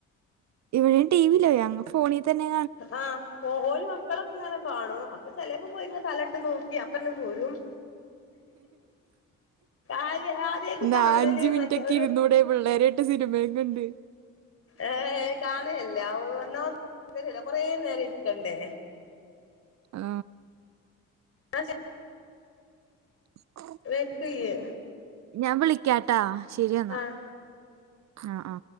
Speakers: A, on the right; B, on the left.
A: ഇവിടെയും ടിവിയില്ല യങ്ങ് ഫോണിതന്നെ
B: ആ ഓല് മക്കളൊക്കിങ്ങനെകാണും അപ്പൊ ചെലേപ്പംപോയി ഇങ്ങനെ തലേട്ട് നോ ക്കി അപ്പന്നെട് പോരും ആദ്യ ആദ്യായിട്ട്
A: എന്താ
B: കാണല്
A: അഞ്ചുമിനിറ്റൊക്കെയിരുന്നൂടെ
B: മറ്റേ ഒരു
A: പിള്ളേരായിട്ട് സിനിമേംകണ്ട്
B: ഏ കാണയെല്ലാ ഒന്നാ കൊറേനേരം ഇരിക്കണ്ടേ
A: ആ
B: അശെ
A: <inaudible>
B: വെക്കിയ്യ്
A: ഞാൻ വിളിക്കാട്ടാ ശെരിയെന്നാ
B: ആഹ്
A: ആ ആ